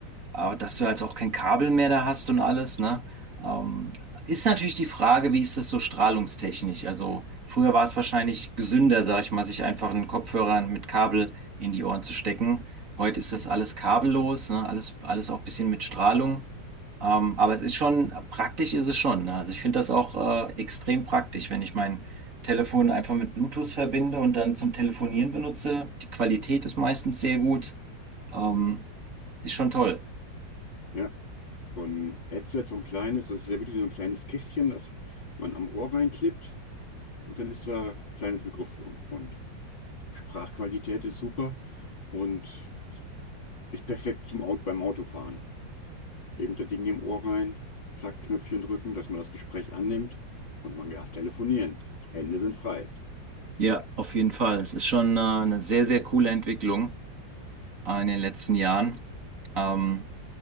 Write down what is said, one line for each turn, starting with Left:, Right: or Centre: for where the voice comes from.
Right: Aber dass du halt auch kein Kabel mehr da hast und alles, ne? Ähm, ist natürlich die Frage, wie ist das so strahlungstechnisch? Also früher war es wahrscheinlich gesünder, sag ich mal, sich einfach einen Kopfhörer mit Kabel in die Ohren zu stecken. Heute ist das alles kabellos, ne? Alles, alles auch ein bisschen mit Strahlung. Ähm, aber es ist schon, praktisch ist es schon, ne? Also ich finde das auch äh, extrem praktisch, wenn ich mein Telefon einfach mit Bluetooth verbinde und dann zum Telefonieren benutze. Die Qualität ist meistens sehr gut. Ähm, ist schon toll.
Left: Ja, so ein Headset, so ein kleines, das ist ja wirklich so ein kleines Kästchen, das man am Ohr reinklippt und dann ist da ein kleines Mikrofon. Und Sprachqualität ist super und ist perfekt zum Auto, beim Autofahren. eben der Ding im Ohr rein, zack, Knöpfchen drücken, dass man das Gespräch annimmt und man darf telefonieren. Hände sind frei.
Right: Ja, auf jeden Fall. Es ist schon äh, eine sehr, sehr coole Entwicklung äh, in den letzten Jahren. Ähm,